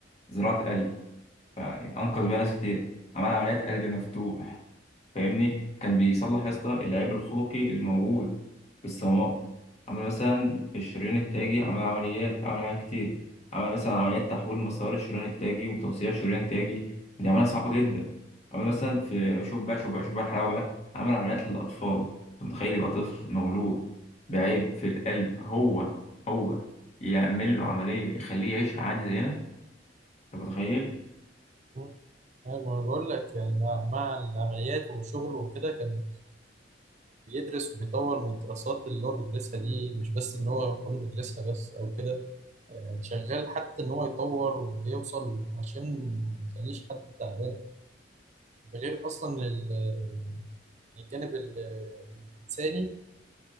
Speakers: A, on the left; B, on the right.
A: زراعة قلب فيعني انقذ بيها ناس كتير عمل عمليات قلب مفتوح فاهمني كان بيصلح يا اسطى العيب الخلقي اللي موجود في الصمامات عمل مثلا في الشريان التاجي عمل عمليات عمل عمليات كتير عمل مثلا عمليات تحويل مسار الشريان التاجي وتوسيع الشريان التاجي دي عملية صعبة جدا عمل مثلا في شوف بقى شوف بقى شوف بقى الحلاوة بقى عمل عمليات للأطفال أنت متخيل يبقى طفل مولود بعيب في القلب هو هو يعمل له عملية يخليه يعيش عادي زينا أنت متخيل
B: مم. أيوة ما أنا بقول لك يعني مع مع العمليات وشغله وكده كان بيدرس وبيطور من الدراسات اللي هو بيدرسها دي مش بس ان هو يكون بيدرسها بس او كده يعني شغال حتى ان هو يطور ويوصل عشان ما يخليش حد تعبان ده غير اصلا ال- ال- الجانب ال- الانساني